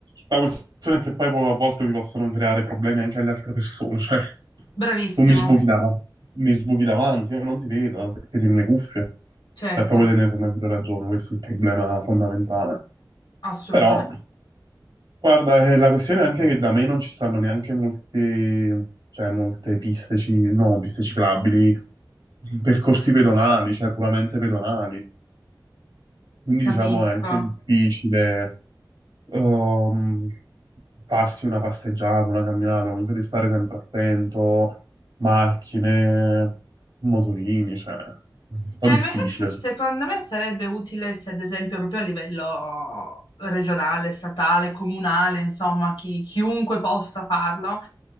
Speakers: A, on the right; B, on the left.
A: la questione è che poi può- a volte vi possono creare problemi anche alle altre persone. <laughs> Cioè,
B: bravissimo.
A: tu mi sbuchi davanti, mi sbuchi davanti, io non ti vedo perché tieni le cuffie.
B: Certo,
A: E poi te ne sembra pure ragione, questo è il problema fondamentale.
B: assolutamente,
A: Però, guarda, eh, la questione è anche che da me non ci stanno neanche molte, cioè, molte piste, ci- no, piste ciclabili, percorsi pedonali, cioè puramente pedonali. Quindi
B: capisco.
A: diciamo è anche difficile ehm, farsi una passeggiata, una camminata, comunque di stare sempre attento, macchine, motorini, cioè, un po'
B: Eh,
A: difficile.
B: ma infatti secondo me sarebbe utile se ad esempio proprio a livello regionale, statale, comunale, insomma, chi- chiunque possa farlo,